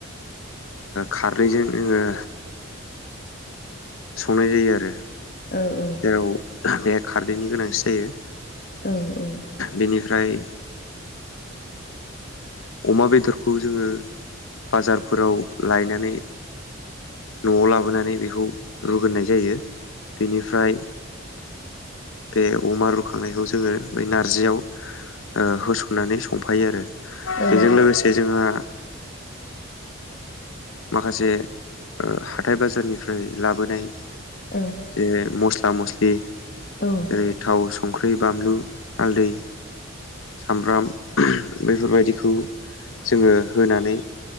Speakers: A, on the left (about 70°); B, on the left (about 45°).
A: खारैजों जोङो संनाय जायो आरो
B: औ औ
A: जेराव बे खारदैनि गोनांथि जायो
B: औ औ
A: बेनिफ्राय अमा बेदरखौ जोङो बाजारफोराव लायनानै न'आव लाबोनानै बेखौ रुगोनाय जायो बेनिफ्राय बे अमा रुखांनायखौ जोङो ब नारजियाव होसननानै संफायो आरो
B: औ
A: बेजों लोगोसे जोंहा माखासे हाथाय बाजारनिफ्राय लाबोनाय
B: औ
A: ज मस्ला मस्लि
B: औ
A: जेरै थाव संख्रि बानलु हालदै सामब्राम बेफोरबायदिखौ जोङो होनानै